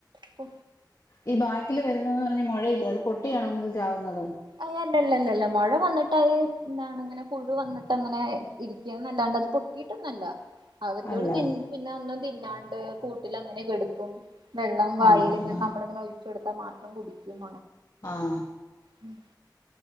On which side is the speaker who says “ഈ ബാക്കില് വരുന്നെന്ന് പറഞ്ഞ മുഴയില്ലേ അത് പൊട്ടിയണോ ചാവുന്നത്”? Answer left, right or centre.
Left